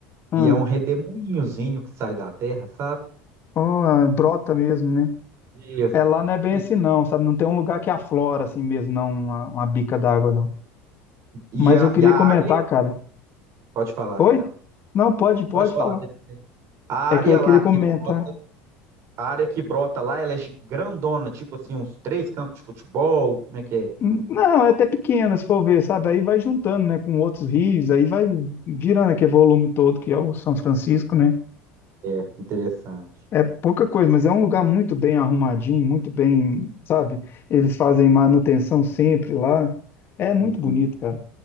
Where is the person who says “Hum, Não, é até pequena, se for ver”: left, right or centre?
Left